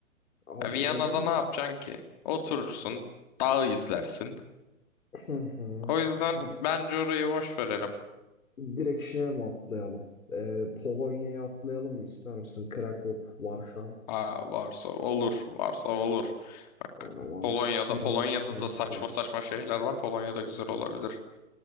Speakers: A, on the left (about 80°); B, on the left (about 30°).
A: Abi
B: Ya Viyana'da
A: o zaman
B: ne yapacaksın ki? Oturursun, dağı izlersin.
A: Hı hı.
B: O yüzden
A: abi
B: bence orayı boş verelim.
A: direkt şeye mi atlayalım? Ee, Polonya'ya atlayalım mı ister misin? Krakow, Varşova.
B: Aa, varsa olur, varsa olur. Bak
A: O zaman
B: Polonya'da,
A: yeni
B: Polonya'da
A: destinasyon.
B: da saçma saçma şeyler var. Polonya'da güzel olabilir.